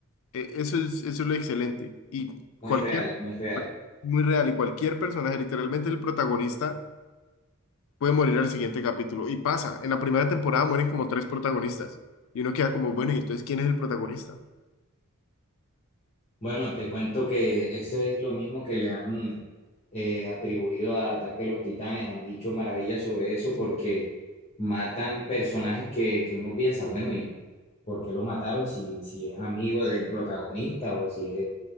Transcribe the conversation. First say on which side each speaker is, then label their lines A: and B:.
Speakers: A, on the left (about 65°); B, on the left (about 30°).
A: e- eso es, eso es lo excelente y
B: muy
A: cualquier,
B: real, muy real.
A: muy real y cualquier personaje, literalmente el protagonista puede morir al siguiente capítulo y pasa, en la primera temporada mueren como tres protagonistas y uno queda como, bueno, ¿y entonces quién es el protagonista?
B: Bueno, te cuento que eso es lo mismo que le han eh, atribuido a Ataque a los Titanes. Han dicho maravillas sobre eso porque
A: Sí,
B: matan personajes que, que uno piensa, bueno, ¿y por qué lo mataron si, si es amigo del protagonista o si es